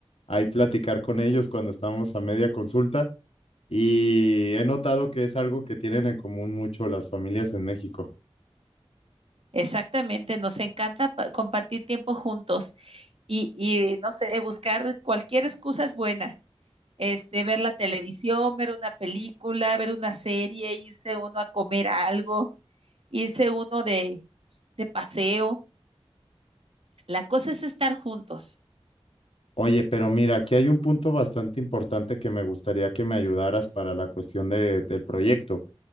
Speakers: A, on the left; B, on the right.
A: ahí platicar con ellos cuando estamos a media consulta y he notado que es algo que tienen en común mucho las familias en México.
B: Exactamente, nos encanta compartir tiempo juntos y, y, no sé, buscar cualquier excusa es buena. Este, ver la televisión, ver una película, ver una serie, irse uno a comer algo, irse uno de, de paseo. La cosa es estar juntos.
A: Oye, pero mira, aquí hay un punto bastante importante que me gustaría que me ayudaras para la cuestión de- del proyecto.